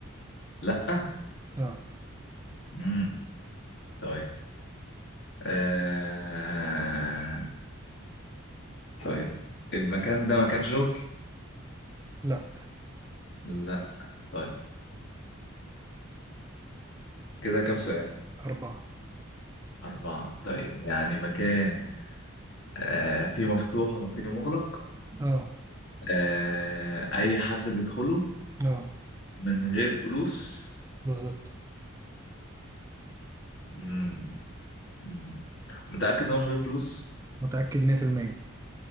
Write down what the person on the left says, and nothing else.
لا
مم. طيب آه... طيب المكان ده مكان شغل؟
لا طيب كده كام سؤال؟
أربعة طيب يعني مكان آه... فيه مفتوح وفيه مغلق
آه... أي حد بيدخله
من غير فلوس
مم. مم. متأكد إن هو من غير فلوس؟